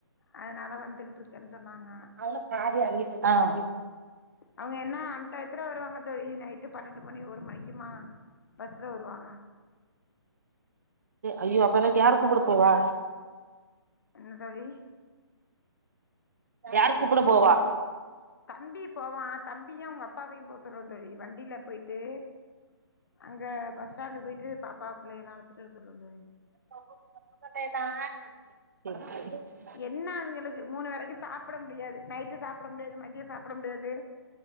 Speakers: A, on the left; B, on the right.
A: அதனால வந்துகிட்டு இருக்கன்னு சொன்னாங்க
B: ஆ
A: அவுங்க என்னா அன்டயத்துல வருவாங்க தோழி நைட்டு பன்னெண்டு மணி ஒரு மணிக்குமா பஸ்ல வருவாங்க
B: அய்யோ அப்பனா யாரு கூப்புட போவா
A: என்ன தோழி
B: யாரு கூப்புட போவா
A: தம்பி போவா தம்பியு அவுங்க அப்பாவையு போ சொல்லுவ தோழி வண்டியில பெயிட்டு அங்க பஸ் ஸ்டாண்டு போயிட்டு பாப்பா புள்ளைங்கலா அழச்சிட்டு வர சொல்லுங்க
B: <unintelligible>
A: என்ன அதுங்களுக்கு மூணு வேலைக்கு சாப்ட முடியாது நைட்டு சாப்ட முடியாது மதியோ சாப்ட முடியாது